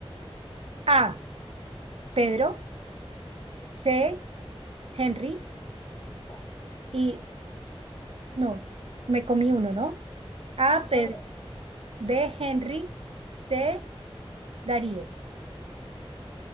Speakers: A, on the right (about 70°); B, on the left (about 35°).
A: A. Pedro. C. Henry.
B: Gustavo.
A: Y No, me comí uno, ¿no? A,
B: No,
A: Pedro.
B: no.
A: B, Henry. C, Darío.